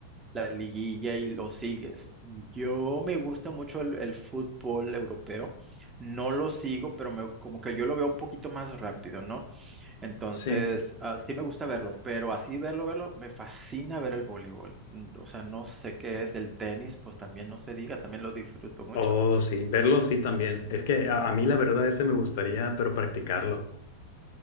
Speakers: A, on the right; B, on the left.
A: la liguilla y lo sigues. Yo me gusta mucho el, el fútbol europeo, no lo sigo, pero me- como que yo lo veo un poquito más rápido, ¿no? Entonces,
B: sí.
A: ah, sí me gusta verlo, pero así verlo, verlo, me fascina ver el voleibol. Mm, O sea, no sé qué es el tenis, pues también no se diga, también lo disfruto mucho.
B: Oh, sí, verlo sí también. Es que a, a mí la verdad ese me gustaría, pero practicarlo.